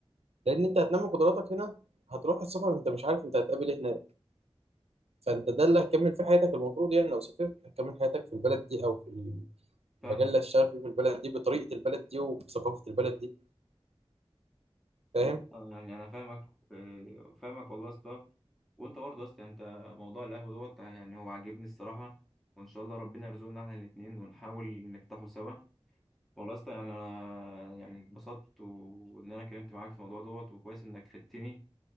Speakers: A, on the right; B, in the centre.
A: لان انت هتنمي قدراتك هنا هتروح السفر انت مش عارف انت هتقابل ايه هناك فانت ده اللي هتكمل فيه حياتك المفروض يعني لو سافرت هتكمل حياتك في البلد دي او في
B: فاهمك
A: المجال اللي هتشتغل فيه في البلد دي بطريقه البلد دي وبثقافه البلد دي فاهم
B: والله آه، يعني انا فاهمك آه، فاهمك والله يا اسطى وانت برضه يا اسطى يعني انت موضوع القهوه دوت يعني هو عاجبني الصراحه وان شاء الله ربنا يرزقنا احنا الاثنين ونحاول نفتحه سوا والله يا اسطى يعني انا يعني اتبسطت وان انا اتكلمت معاك في الموضوع دوت وكويس انك فدتني